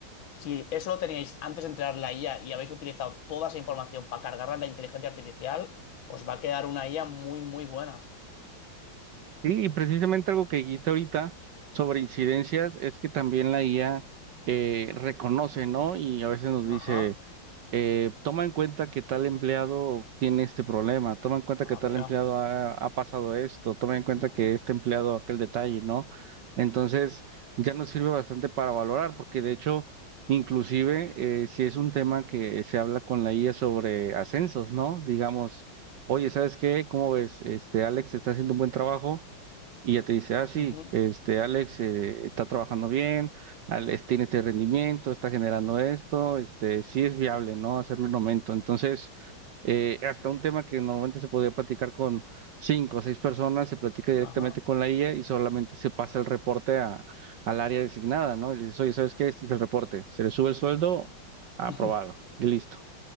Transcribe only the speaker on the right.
Sí, y precisamente algo que dijiste ahorita sobre incidencias es que también la IA eh, reconoce, ¿no? Y a veces nos dice
eh, toma en cuenta que tal empleado tiene este problema, toma en cuenta
que tal
empleado ha, ha pasado esto, toma en cuenta
que este empleado aquel detalle, ¿no? Entonces, ya nos sirve bastante para valorar, porque de hecho, inclusive, eh, si es un tema que se habla con la IA sobre ascensos, ¿no? Digamos, oye, ¿sabes qué? ¿Cómo ves? Este, Alex está haciendo un buen trabajo. Y ya te dice, ah, sí,
este, Alex eh, está trabajando bien, Alex tiene este rendimiento, está generando esto, este, sí es viable, ¿no? Hacerlo un aumento. Entonces, eh, hasta un tema que normalmente se podía platicar con cinco o seis personas, se platica directamente
con la IA y solamente se pasa el reporte a, al área designada, ¿no? Y le dices, oye, ¿sabes qué? Este es el reporte. Se le sube el sueldo, aprobado,
y listo.